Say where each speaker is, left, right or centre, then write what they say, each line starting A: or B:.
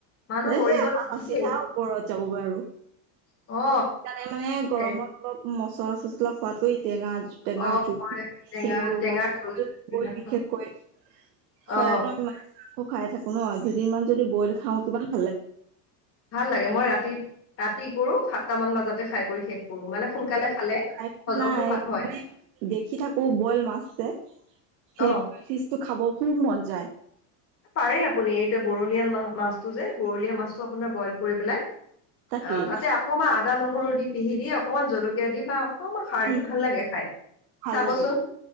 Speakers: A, on the left; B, on the right.
A: মানুহ
B: এই
A: মৰিব লাগিব
B: হা চিধা
A: দেই।
B: ওপৰত যাবগৈ আৰু।
A: অ
B: সেইকাৰণে মানে গৰমত
A: হে
B: অলপ মচলা চচলা খোৱাতকৈ টেঙা। টেঙাৰ
A: অ
B: জোল
A: হয়, টেঙা
B: সেইবোৰ
A: টেঙাৰ
B: মানে
A: জোল
B: বইল
A: বিলাক
B: বিশেষকৈ।
A: খাওঁ
B: শৰাইতো
A: অ
B: আমি মাছ মাংস খাই থাকো ন দুদিন মান যদি বইল খাওঁ কিবমান।
A: ভাল লাগে মই ৰাতি ৰাতি কৰো সাতটা মান বজাতে। খাই কৰি শেষ কৰো মানে সোনকালে খালে
B: খাই পোৱা
A: হজমটো
B: নাই
A: ভাল হয়
B: মানে দেখি থাকো বইল মাছে। সেইব
A: অ
B: ফিজটো খাব খুব মন যায়।
A: পাৰে আপুনি এতিয়া বৰলিয়া মা -মাছটো যে। বৰলীয়া মাছটো আপোনাৰ বইল কৰি পেলাই,
B: তাকেই
A: আ তাতে অকমাণ আদা, নহ নহৰু দি পিহি দিয়ে অকণমান জলকীয়া বা অকণমান সাৰ দি
B: উম
A: ভাল লাগে খাই,
B: ভাল
A: চাবচোন।
B: লাগে